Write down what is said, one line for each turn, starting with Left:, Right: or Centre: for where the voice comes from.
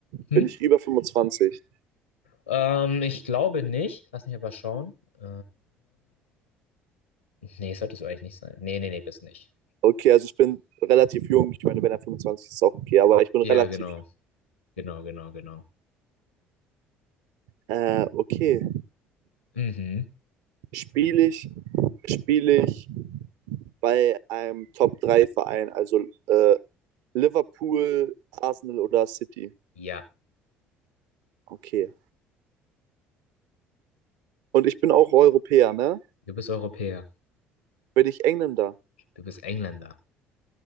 Left: Hm?
Right: bin ich über 25?
Left: Ähm, ich glaube nicht. Lass mich aber schauen. Äh, nee, sollte so eigentlich nicht sein. Nee, nee, nee, bist nicht.
Right: Okay, also ich bin relativ jung. Ich meine, wenn er 25 ist, ist auch okay, aber ich bin
Left: Ja,
Right: relativ
Left: genau.
Right: jung.
Left: Genau, genau, genau.
Right: Äh, okay,
Left: Mhm.
Right: spiele ich, spiele ich bei einem top drei verein also äh, Liverpool, Arsenal oder City.
Left: Ja.
Right: Okay. Und ich bin auch Europäer, ne?
Left: Du bist Europäer.
Right: Bin ich Engländer?
Left: Du bist Engländer.